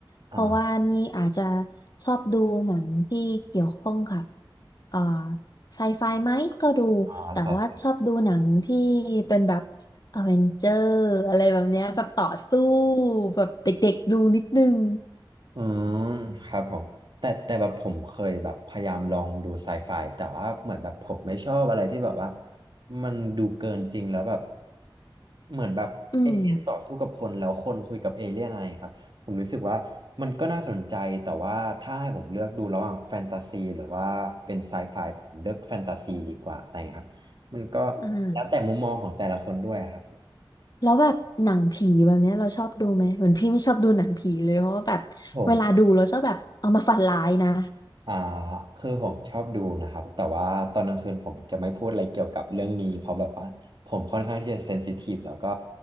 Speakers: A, on the left; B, on the right.
A: เพราะว่านี่อาจจะ
B: อ่า
A: ชอบดูหนังที่เกี่ยวข้องกับเอ่อไซไฟไหมก็ดูแต่ว่าชอบดูหนังที่
B: อ่าครับ
A: เป็นแบบอเวนเจอร์อะไรแบบเนี้ยแบบต่อสู้แบบเด็กๆดูนิดนึง
B: อืมครับผมแต่แต่แบบผมเคยแบบพยายามลองดูไซไฟแต่ว่าเหมือนแบบผมไม่ชอบอะไรที่แบบว่ามันดูเกินจริงแล้วแบบเหมือนแบบเอเลี่ยนต่อสู้กับคนแล้วคนคุยกับเอเลี่ยนอะไรครับผมรู้สึกว่ามันก็น่าสนใจแต่ว่าถ้าให้ผมเลือกดูระหว่างแฟนตาซีหรือว่าเป็นไซไฟผมเลือกแฟนตาซีดีกว่าอะไรครับมันก็
A: อืมอ่า
B: แล้วแต่มุมมองของแต่ละคนด้วยอะครับ
A: แล้วแบบหนังผีแบบเนี้ยเราชอบดูไหมเหมือนพี่ไม่ชอบดูหนังผีเลยเพราะว่าแบบเวลาดูเราชอบแบบเอามาฝันร้ายนะ
B: ผม อ่าคือผมชอบดูนะครับแต่ว่าตอนกลางคืนผมจะไม่พูดอะไรเกี่ยวกับเรื่องนี้เพราะแบบว่าผมค่อนข้างที่จะเซนซิทีฟแล้วก็